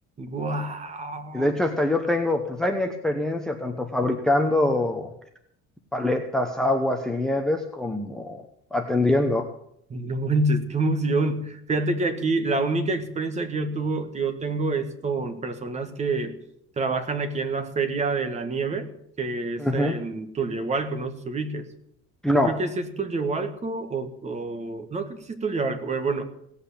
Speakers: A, on the right (about 25°); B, in the centre.
A: ¡Guau!
B: Y de hecho hasta yo tengo, pues hay mi experiencia tanto fabricando paletas, aguas y nieves como atendiendo.
A: No manches, qué emoción. Fíjate que aquí la única experiencia que yo tuvo, que yo tengo es con personas que trabajan aquí en la Feria de la Nieve, que es
B: Ujú.
A: en Tulyehualco, no sé si ubiques.
B: No.
A: Creo que sí es Tulyehualco o, o- no creo que sí es Tulyehualco, pero bueno,